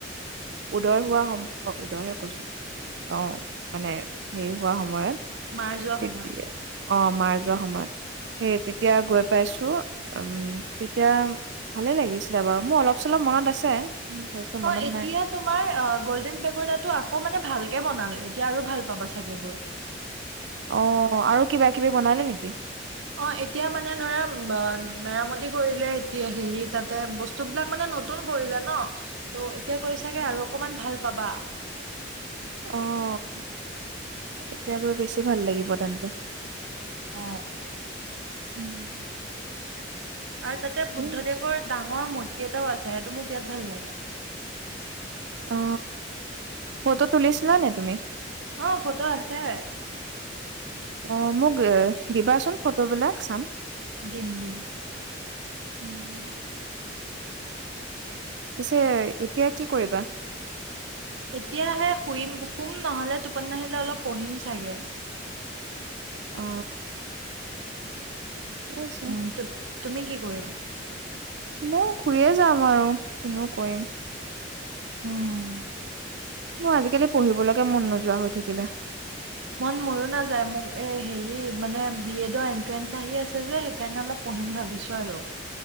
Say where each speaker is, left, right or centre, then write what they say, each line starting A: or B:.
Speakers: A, on the right; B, on the right.
A: উদয় হোৱা সময় অ উদয়হে কৈছোঁ, অ মানে হেৰি হোৱা সময়ত
B: মাৰ যোৱা
A: তেতিয়া
B: সময়ত
A: অ মাৰ্চ। যোৱা সময়ত সেই তেতিয়া গৈ পাইছোঁ। উম তেতিয়া ভালে লাগিছিলে বাৰু মোৰ অলপ চলপ মনত আছে ভালকে মনত
B: অ এতিয়া
A: নাই
B: তোমাৰ গল্ডেন পেগ'ডা টো আকৌ মানে ভালকে বনালে, এতিয়া আৰু ভাল পাবা চাগে গৈ।
A: অ' আৰু কিবা কিবি বনালে নেকি?
B: অ এতিয়া মানে ধৰা মেৰামতি কৰিলে, এতিয়া হেৰি তাতে বস্তুবিলাক মানে নতুন কৰিলে ন ত' এতিয়া গৈ আৰু অকমান ভাল পাবা
A: অ'হ। এতিয়া গৈ বেছি ভাল লাগিব, তাত গৈ।
B: অঁ।
A: উম।
B: আৰু তাতে
A: ঠিকে
B: বুদ্ধদেৱৰ
A: আছে।
B: ডাঙৰ মূৰ্তি তি এটাও আছে, সেইটো মোৰ বিৰাট ভাল লাগে।
A: অ ফ'টো তুলিছিলা নি তুমি?
B: অ ফটো আছে
A: অ মোক দিবাচোন ফটোবিলাক চাম
B: ডিম ডিম
A: <unintelligible> পিছে এতিয়া কি কৰিবা
B: এতিয়াহে শুইম শুম নহ'লে টোপনি নাহিলে অলপ পঢ়িম চাগে
A: অ ঠিকে আছে।
B: উম ত তুমি কি কৰিবা
A: মই শুইয়ে যাম আৰু কিনো কৰিম
B: উম
A: মোৰ আজিকালি পঢ়িবলৈকে মন নোযোৱা হৈ থাকিলে
B: মন মোৰো নাযায় মোক হেৰি মানে বিএডৰ এন্ট্ৰেঞ্চ আহি আছে যে সেইকাৰণে অলপ পঢ়িম ভাবিছো আৰু